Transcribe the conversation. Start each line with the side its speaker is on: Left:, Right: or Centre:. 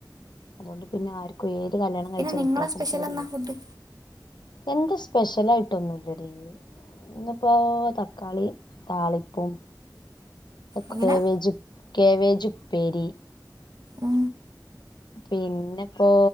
Left: അതൊണ്ട് പിന്നെ ആർക്കും ഏ കല്യാണം കഴിച്ച
Right: പിന്നെ നിങ്ങളെ
Left: കുട്ടികൾക്കും
Right: സ്പെഷ്യൽ
Left: പേടില്ല
Right: എന്നാ ഫുഡ്
Left: എന്താ സ്പെഷ്യൽ ആയിട്ടൊന്നുല്ലടീ ഇന്നിപ്പോ തക്കാളി താളിപ്പും
Right: എങ്ങനാ
Left: കെബേജു കേബേജുപ്പേരി
Right: ഉ
Left: പിന്നെപ്പോ